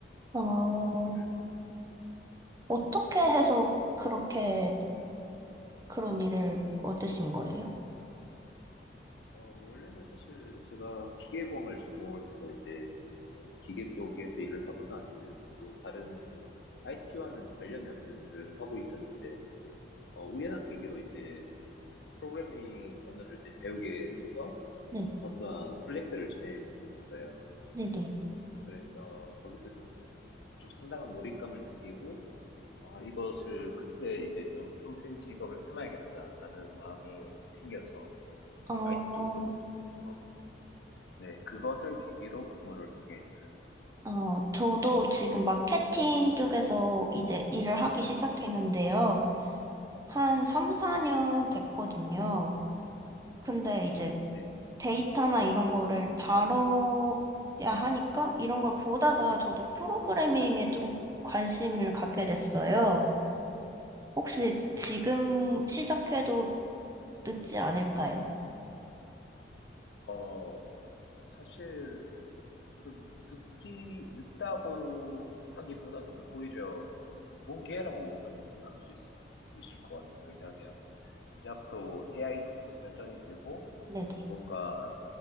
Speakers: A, on the right; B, on the left.
A: 어,
B: 그런 일을 하고 있습니다.
A: 어떻게 해서 그렇게 그런 일을 얻으신 거예요?
B: 어, 원래는 사실 제가 기계공을 전공을 해서 이제 좀 기계 쪽에서 일을 하거나 아니면 또 다른 IT와는 관련이 없는 일을 하고 있었는데, 어, 우연한 계기로 이제 프로그래밍 언어를 이제 배우게 돼서
A: 네,
B: 어떠한 프로젝트를 진행하게 됐어요.
A: 네네.
B: 그래서 거기서 좀, 좀 상당한 몰입감을 느끼고, 아, 이것을 그때 이제 좀 평생 직업을 삼아야겠다라는 마음을 생겨서
A: 어,
B: IT 쪽으로 이제, 어, 네, 그것을 계기로 근무를 하게 되었습니다.
A: 어, 저도 지금 마케팅 쪽에서 이제 일을 하기 시작했는데요. 한 3, 4년 됐거든요. 근데 이제
B: 네.
A: 데이터나 이런 거를 다뤄야 하니까 이런 걸 보다가 저도 프로그래밍에 좀 관심을 갖게 됐어요. 혹시 지금 시작해도 늦지 않을까요?
B: 어, 사실 좀 늦기, 늦다고 하기보다는 오히려 좋은 기회라고 좀 생각할 수 있, 있으실 것 같아요. 왜냐하면 이제 앞으로 AI도 계속 발전이 되고,
A: 네네.
B: 뭔가,